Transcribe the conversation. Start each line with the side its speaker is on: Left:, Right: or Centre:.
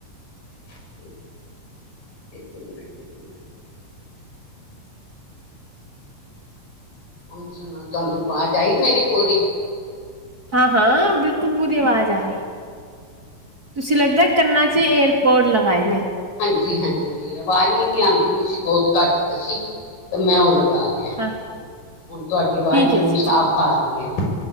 Left: <unintelligible> ਹੁਣ ਸੁਣੋ ਤੁਹਾਨੂੰ ਆਵਾਜ਼ ਆਈ ਮੇਰੀ ਪੂਰੀ।
Right: ਹਾਂ ਹਾਂ, ਬਿਲਕੁਲ ਪੂਰੀ ਆਵਾਜ਼ ਆ ਰਹੀ ਹੈ। ਤੁਸੀਂ ਲੱਗਦਾ ਕੰਨਾ ਚ ਏਰਪੋਰਟ ਲਗਾਏ ਨੇ।
Left: ਹਾਂਜੀ ਹਾਂਜੀ, ਆਵਾਜ਼ ਨੀ ਆਂਦੀ ਪਈ ਸੀ ਬਹੁਤ ਘੱਟ ਸੀ ਤੇ ਮੈਂ ਉਹ ਲ ਲਗਾ ਲਿਆ।
Right: ਹਾਂ
Left: ਹੁਣ ਤੁਹਾਡੀ
Right: ਠੀਕ
Left: ਆਵਾਜ਼ ਮੈਨੂੰ
Right: ਹੈ ਜੀ
Left: ਸਾਫ਼ ਆ ਰਹੀ ਐ